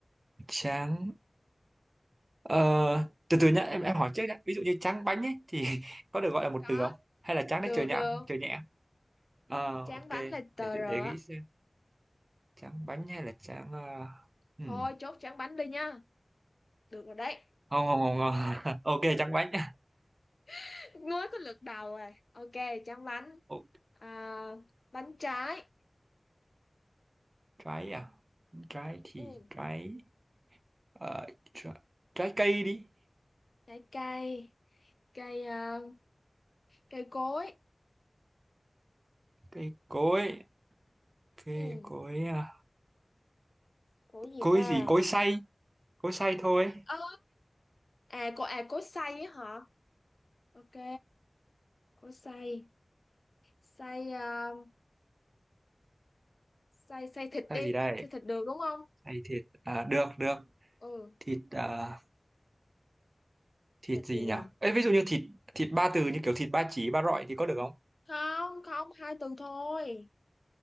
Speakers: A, on the right; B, on the left.
A: Chán. Ờ, từ từ nhá, em em hỏi trước nhá. Ví dụ như chán bánh ấy thì <laughs> có được gọi là một
B: có
A: từ không? Hay là chán
B: được
A: đấy trời nhẹ,
B: được
A: trời nhẹ. Ờ,
B: tráng
A: ok,
B: bánh
A: để,
B: là tờ
A: để
B: rờ
A: để nghĩ
B: á.
A: xem. Chán bánh hay là chán ờ, hmm.
B: thôi chốt tráng bánh đi nha được rồi đấy
A: Không không không. không. <laughs> Ok, chán bánh.
B: <laughs> mới có lượt đầu rồi ok tráng bánh
A: Ồ,
B: à, bánh trái
A: trái à? Trái thì
B: ừ
A: trái ờ, trái, trái cây đi.
B: trái cây cây ờ, cây cối
A: Cây cối, cây
B: ừ
A: cối à.
B: cối gì
A: Cối
B: ta
A: gì? Cối xay. Cối xay thôi.
B: ơ à cô à cối xay á hả ok cối xay xay ờ, xay xay thịt
A: Xay
B: đi
A: gì đây?
B: xay thịt được đúng không
A: Hay thịt à, được được
B: ừ
A: thịt à, thịt
B: thịt
A: gì
B: gì nhỉ
A: nhỉ? Ê, ví dụ như thịt thịt ba từ như kiểu thịt ba chỉ ba rọi thì có được không?
B: không không hai từ thôi